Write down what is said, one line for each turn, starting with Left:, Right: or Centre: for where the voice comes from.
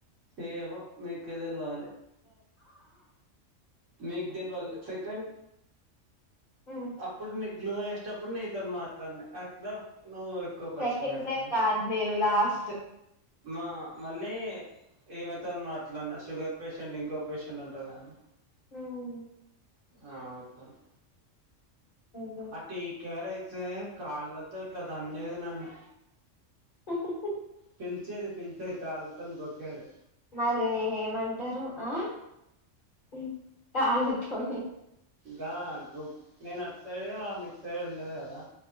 Right: ఏమో మీకే తెలవాలి మీగ్ దల్ వాల్ సెకండ్
Left: హ్మ్
Right: అప్పుడు నీక్ గ్లో వేసేటప్పుడు నీతోను మాట్లాడినా అట్లా నువ్వు ఎక్కువ పరిచయం
Left: సెకండ్
Right: అయిపోయినవ్
Left: కాదు నేను లాస్ట్
Right: మా మళ్లీ ఏమైతోన్ మాట్లాడినా షుగర్ పేషెంట్ ఇంకో పేషెంట్ అంటదిగానీ
Left: ఉమ్మ్
Right: ఆ వత్తన్
Left: అయిందా
Right: ఆ టీ కేర్ అయితే కాళ్లతో ఇట్లాదాన్నినాది నన్ను
Left: హుహు హు
Right: పిలిచేది పిలిచేది కాళ్లతోని గొక్కేది
Left: మరీ నీ ఏమంటారు ఆ ఉమ్ కాళ్లతోనీ
Right: గా గు నేను అటు సైడ్ ఆమె ఇట్ సైడ్ ఉండది గదా